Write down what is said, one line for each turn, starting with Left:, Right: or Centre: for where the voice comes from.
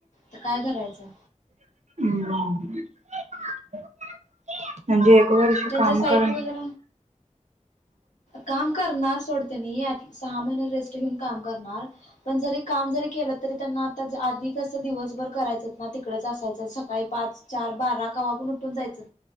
Left: तर काय करायचं
Right: <inaudible> वर्ष
Left: त्यांच्या
Right: काम
Left: साईट
Right: करा.
Left: वगैर काम करणार सोड तेनी सहा महिने रे काम करणार पण जरी काम जरी केलं तरी त्यांना आ आधी कस दिवसभर करायचं ना तिकडेच असायचं सकाळी पाच चार बारा कवापन उठून जायचं